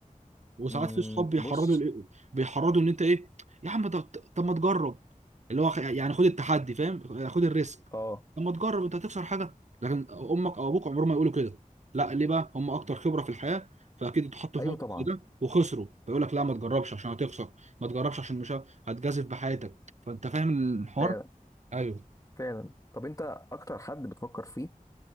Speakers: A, on the right; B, on the left.
A: وساعات
B: امم
A: في صحاب بيحرضوا
B: بص
A: لإيه؟ بيحرضوا ان انت ايه يا عم طب طب ما تجرب اللي هو خ- يعني خد التحدي فاهم خد الريسك
B: اه
A: طب ما تجرب انت هتخسر حاجه لكن امك او ابوك عمرهم ما يقولوا كده لا ليه بقى هم اكتر خبره في الحياه فاكيد اتحطوا
B: ايوه
A: في موقف
B: طبعا
A: زي ده وخسروا فيقول لك لا ما تجربش عشان هتخسر ما تجربش عشان مش ه- هتجازف بحياتك فانت فاهم الحوار
B: فعلا
A: ايوه
B: فعلا طب انت اكتر حد بتفكر فيه